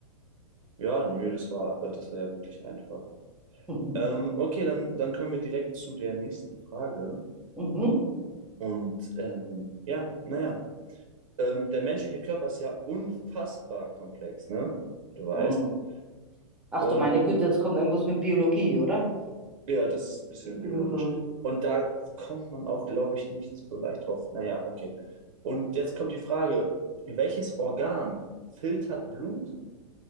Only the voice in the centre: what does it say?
Mhm,
mhm.
mhm. Ach
du meine Güte, jetzt kommt irgendwas mit Biologie, oder?
Mhm.